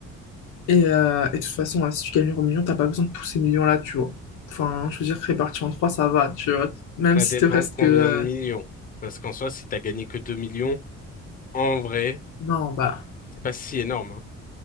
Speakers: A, on the left (about 85°); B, on the left (about 30°).
A: Et, euh, et de toute façon, hein, si tu gagnes l'euro million, t'as pas besoin de tous ces millions-là, tu vois. Enfin, je veux dire, réparti en trois, ça va, tu vois. Même
B: Ça
A: si
B: dépend
A: te reste
B: de combien
A: que... euh,
B: de millions. Parce qu'en soi, si t'as gagné que deux millions, en vrai,
A: Non, bah...
B: c'est pas si énorme. hein.